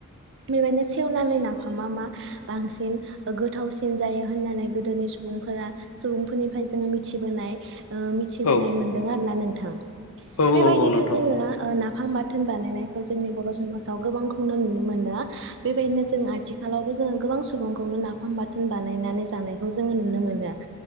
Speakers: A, on the right (about 60°); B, on the left (about 80°).
A: बेबायदिनो सेवनानै ना फामा मा बांसिन गोथावसिन जायो होननानै गोदोनि सुबुं फोरा सुबुंफोरनिफ्राय जोङो मिबोनाय ओ मिथिबोनाय
B: औ
A: मोनदों आरो ना नोंथां।
B: औ
A: बेबायदिनो
B: औ नोंथां
A: जोङो ओ नाफाम बाथोन बानायनायखौ जोंनि बर' समाजाव। गोबांखौनो नुनो मोनो बेबायदिनो जों आथिखालावबो जोङो गोबां सुबुंखौनो नाफाम बा थोन बानायनानै जानायखौ जोङो नुनो मोनो